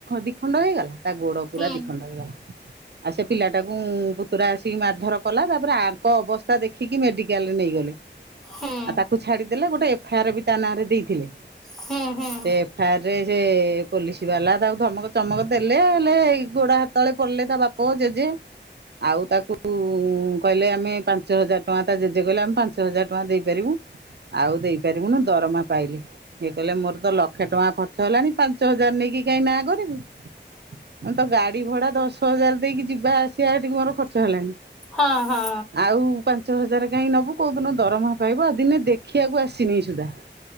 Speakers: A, on the right; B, in the centre.
A: ଦି ଖଣ୍ଡ ହେଇଗଲା। ତା ଗୋଡ ପୁରା
B: ଓହୋ।
A: ଦିଖଣ୍ଡ ହେଇଗଲା ଆଉ ସେ ପିଲାଟାକୁ ପୁତୁ ଆସିକି ମାରଧରକଲା ତାପରେ ଆଙ୍କ ଅବସ୍ଥା ଦେଖିକି ମେଡିକାଲ ନେଇଗଲେ।
B: ହଁ
A: ତାକୁ ଛାଡିଦେଲେ ଗୋଟେ ଏଫେଆରବି ତା ନାଁରେ ଦେଇଥିଲେ।
B: ହୁଁ ହୁଁ।
A: ଏଫେଆରରେ ସେ ପୋଲିସ ବାଲା ତାକୁ ଧମକ ଚମକ ଦେଲେ ହେଲେ ଏ ଗୋଡ ହାତ ତଳେ ପଡ଼ିଲେ ତା ବାପ ଜେଜେ ଆଉ ତାକୁ ଉଁ କହିଲେ ଆମେ ପାଞ୍ଚ ହଜାର ଟଙ୍କା ତା ଜେଜେ କହିଲେ ଆମେ ପାଞ୍ଚ ହଜାର ଟଙ୍କା ଦେଇପାରିବୁ। ଆଉ ଦେଇପାରିବୁନୁ ଦରମା ପାଇଲେ। ଇଏ କହିଲେ ମୋର ତ ଲକ୍ଷେ ଟଙ୍କା ଖର୍ଚ୍ଚ ହେଲାଣି ପାଞ୍ଚ ହଜାର ନେଇକି କହିକିନାଁ କରିବୁ। ମୁଁ ତ ଗାଡି ଭଡା ଦଶ ହଜାର ଦେଇକି ଯିବା ଆସିବା ମୋର ଖର୍ଚ୍ଚ ହେଲାଣି
B: ହଁ ହଁ।
A: ଆଉ ପାଞ୍ଚ ହଜାର କାହିଁ ନେବୁ କେଉଁଦିନ ଦରମା ପାଇବ ଦିନେ ଦେଖିବାକୁ ଆସିନି ସୁଦ୍ଧା।